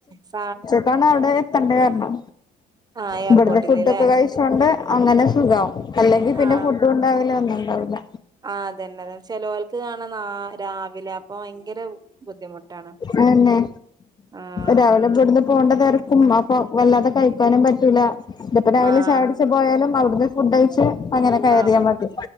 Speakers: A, on the right; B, on the left.
A: സ
B: എപ്പയാണ് അവിടെ എത്തെണ്ടേ പറഞ്ഞോ.
A: ആഹ് എയർപോർട്ടില്
B: ഇവിടുന്ന് ഫുഡ
A: ല്ലേ
B: ഒക്കെ കഴിച്ചോണ്ട് അങ്ങനെ സുഖാവാ അല്ലെങ്കിൽ പിന്നെ
A: ആഹ്
B: ഫുഡ് രാവിലെ ഒന്നുംണ്ടാവുല്ല
A: ആഹ് അതന്നെതെ ചെലോൽക്കാണ് നാ രാവിലെ അപ്പൊ ഭയങ്കര ബുദ്ധിമുട്ടാണ്.
B: അതന്നെ
A: ആഹ
B: രാവിലെ ഇവിടുന്ന് പോണ്ട തെരക്കും അപ്പൊ വല്ലാതെ കഴിക്കാനും പറ്റൂല. തിപ്പോ രാവിലെ
A: ആഹ്
B: ചായുടിച് പോയാലും അവടന്ന് ഫുഡയിച്ച് അങ്ങനെ കയറിയാ
A: ആഹ് ഇവടെ
B: മതി.